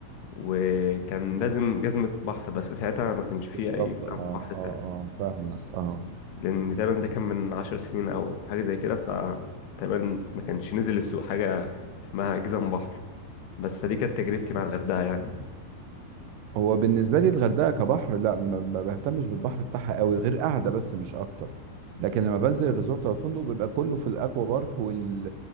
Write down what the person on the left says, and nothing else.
وكان لازم جزمة بحر بس ساعتها ما كانش فيه
أي
جزم بحر ساعتها
لأن تقريبا ده كان من عشر سنين أو حاجة زي كده فتقريبا ما كانش نزل السوق حاجة اسمها جزم بحر بس فدي كانت تجربتي مع الغردقة يعني